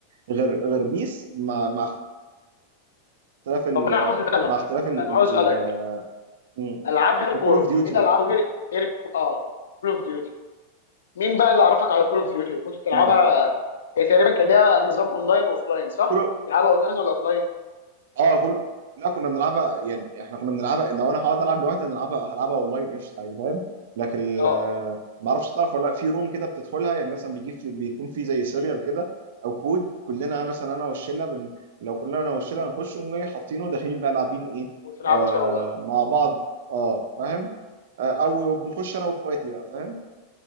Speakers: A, on the right (about 55°); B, on the left (about 65°).
A: غير غير بيس مع مع اختلاف ال
B: طب انا عاوز اسالك
A: مع اختلاف ال
B: انا
A: ال-
B: عاوز اسالك
A: ال- مم.
B: العاب غير
A: وكول
B: كوره
A: اوف ديوتي
B: ايه الالعاب
A: برضه
B: غير غير الك- اه كول اوف ديوتي مين بقى اللي عرفك على كول اوف ديوتي وكنت بتلعبها
A: مم.
B: هي تقريبا كان ليها نظام اونلاين واوفلاين صح؟
A: كل
B: تلعبها اونلاين ولا اوفلاين؟
A: اه كل لا كنا بنلعبها يعني احنا كنا بنلعبها لو انا هقعد العب لوحدي هنلعبها هلعبها اونلاين قشطه عادي فاهم لكن
B: اه
A: آه، ما اعرفش تعرف ولا لا في روم كده بتدخلها يعني مثلا بيجيب في بيكون في زي سيريال كده او كود كلنا مثلا انا والشله بن... لو كلنا انا والشله هنخش ونقوم جاي حاطينه داخلين بقى لاعبين ايه
B: وتلعبوا
A: آه
B: سوا بقى
A: مع بعض اه فاهم آه او بنخش انا واخواتي بقى فاهم